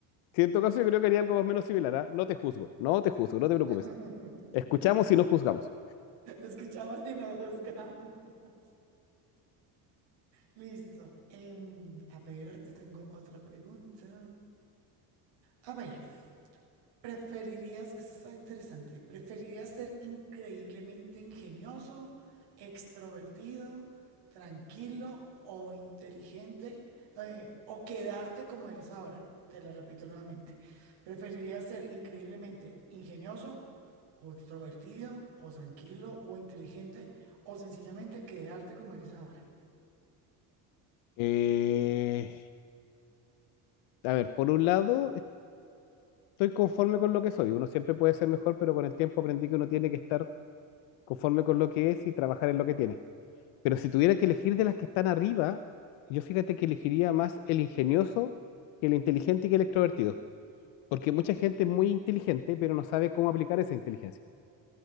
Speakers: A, on the left; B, on the right.
A: Sí, en todo caso, yo creo que haría algo más o menos similar. ¿ah? No te juzgo, no te juzgo, no
B: <laughs>
A: te preocupes. Escuchamos y no juzgamos.
B: Escuchamos y no juzgamos. Listo. Em, a ver, te tengo otra pregunta. A ver, ¿Preferirías, eso está interesante, preferirías ser increíblemente ingenioso, extrovertido, tranquilo o inteligente eh, o quedarte como eres ahora? Te lo repito nuevamente. ¿Preferirías ser increíblemente ingenioso o extrovertido o tranquilo o inteligente o sencillamente quedarte como eres ahora?
A: Eh, a ver, por un lado, estoy conforme con lo que soy. Uno siempre puede ser mejor, pero con el tiempo aprendí que uno tiene que estar conforme con lo que es y trabajar en lo que tiene. Pero si tuviera que elegir de las que están arriba, yo fíjate que elegiría más el ingenioso que el inteligente y que el extrovertido. Porque mucha gente es muy inteligente, pero no sabe cómo aplicar esa inteligencia.